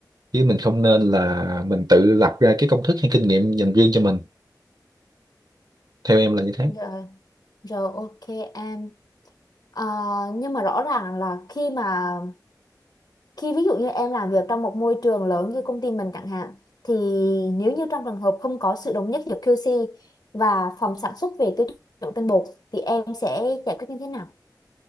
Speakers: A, on the right; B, on the left.
A: chứ mình không nên là mình tự lập ra cái công thức hay kinh nghiệm dành riêng cho mình theo em là như thế
B: Rồi, rồi ok em Ờ, nhưng mà rõ ràng là khi mà khi ví dụ như em làm việc trong một môi trường lớn như công ty mình chẳng hạn thì nếu như trong trường hợp không có sự đồng nhất giữa QC và phòng sản xuất về tiêu chuẩn tinh bột thì em sẽ giải quyết như thế nào?